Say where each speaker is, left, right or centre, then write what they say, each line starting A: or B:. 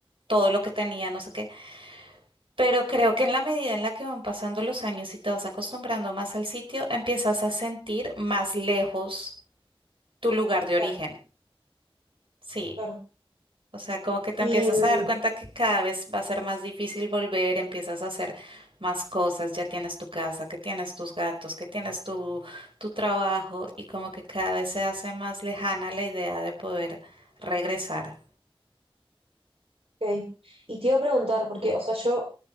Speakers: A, on the right (about 65°); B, on the right (about 85°).
A: todo lo que tenía, no sé qué. Pero creo que en la medida en la que van pasando los años y te vas acostumbrando más al sitio, empiezas a sentir más lejos tu lugar de origen.
B: Claro,
A: Sí.
B: claro.
A: O sea, como que te
B: Y
A: empiezas
B: mm,
A: a dar cuenta que cada vez va a ser más difícil volver, empiezas a hacer más cosas, ya tienes tu casa, que tienes tus gatos, que tienes tu, tu trabajo y como que cada vez se hace más lejana la idea de poder regresar.
B: Ok. Y te iba a preguntar, porque, o sea, yo